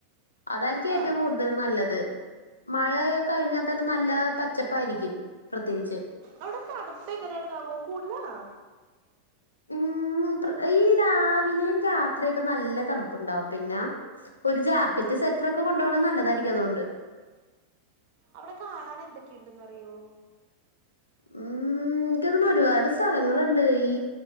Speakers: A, on the left (about 75°); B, on the right (about 45°).
A: അതായിരിക്കും
B: ആഹ്
A: ഏറ്റവും കൂടു അതിലും നല്ലത്. മഴ കഴിഞ്ഞാ തന്നെ നല്ല പച്ചപ്പായിരിക്കും പ്രത്യേകിച്ച്
B: അവടെ തണുപ്പെങ്ങനെണ്ന്നാവോ കൂടുലാണോ?
A: ഉം ഈ രാവിലേം രാത്രിയൊക്കെ നല്ല തണുപ്പുണ്ടാവും പിന്നെ ഒരു ജാക്കറ്റ് സെറ്റ്റൊക്കെ കൊണ്ടോണത് നല്ലതായിരിക്കും അതോണ്ട്.
B: അവിടെ കാണാനെന്തൊക്കെയുണ്ട് ന്നറിയോ
A: ഉം ഇൻ <unintelligible> ക്കെ ഒരുപാട് സ്ഥലങ്ങളുണ്ട് ഈ